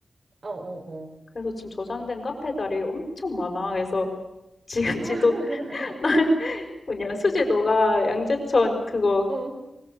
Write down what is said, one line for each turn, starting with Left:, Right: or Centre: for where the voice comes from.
Right: 어, 어, 어,
Left: 그래서 지금 저장된 카페 자리 엄청 많아. 그래서 지금
Right: 어,
Left: 지도 <laughs>
Right: <laughs>
Left: 뭐냐 수지 너가 양재천 그거
Right: 어,